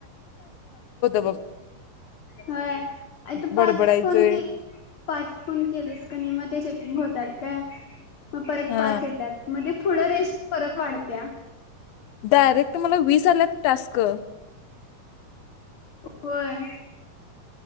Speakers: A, on the left; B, on the left.
A: बघ
B: होय आ तू
A: बडबडायचंय
B: पाच फोन केलीस पाच फोन केलीस कनय म ते चेकिंग होत त्यात काय म परत
A: हा
B: पाच येत्यात म ते पुढं रेश परत वाढत्या
A: डायरेक्ट मला वीस आल्यात टास्क
B: होय